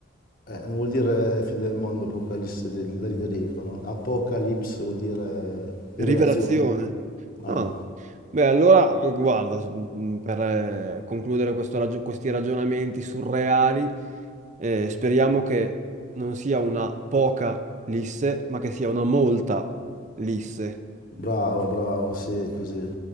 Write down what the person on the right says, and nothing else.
Rivelazione.
Ah, Beh, allora, guarda, s- mm, per eh, concludere questo ragio- questi ragionamenti surreali, eh, speriamo che non sia una poca lisse, ma che sia una molta lisse.